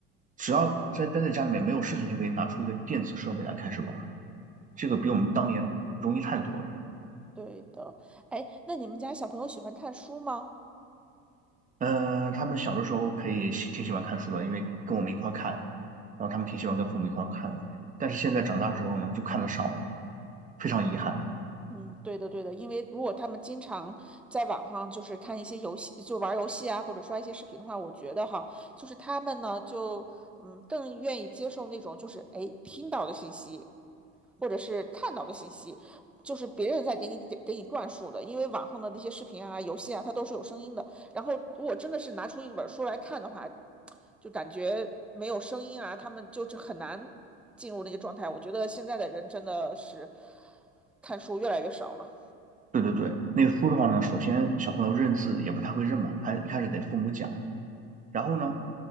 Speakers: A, on the right; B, in the centre.
A: 只要在待在家里面没有事情，就可以拿出一个电子设备来开始玩儿这个比我们当年容易太多了。
B: 对的，哎，那你们家小朋友喜欢看书吗？
A: 嗯、他们小的时候可以喜挺喜欢看书的，因为跟我们一块儿看，然后他们挺喜欢跟父母一块儿看的。但是现在长大之后呢，就看的少了，非常遗憾。
B: 嗯，对的，对的，因为如果他们经常在网上就是看一些游戏，就玩儿游戏啊，或者刷一些视频的话，我觉得哈，就是他们呢，就嗯更愿意接受那种就是哎听到的信息，或者是看到的信息，就是别人在给你给给你灌输的，因为网上的那些视频啊、游戏啊，它都是有声音的。然后如果真的是拿出一本书来看的话，就感觉没有声音啊，他们就是很难进入那个状态。我觉得现在的人真的是看书越来越少了。
A: 对对对，那个书的话呢，首先小朋友认字也不太会认嘛，还一开始得父母讲。然后呢，